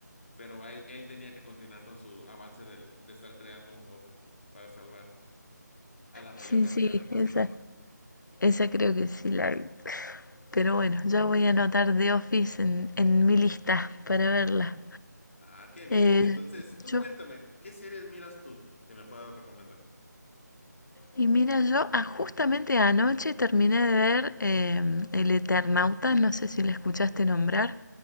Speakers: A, on the left; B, on the left.
A: pero a él, él tenía que continuar con su avance del- de estar creando un bote para salvar a la mayor
B: sí,
A: cantidad
B: sí,
A: de posible.
B: esa, esa creo que sí la vi. Pero bueno, ya voy a anotar The Office en, en mi lista para verla.
A: Ah, qué bien.
B: Eh,
A: Entonces, tú
B: yo
A: cuéntame, ¿qué series miras tú que me puedas recomendar?
B: Y mira, yo ah, justamente anoche terminé de ver em, El Eternauta, no sé si la escuchaste nombrar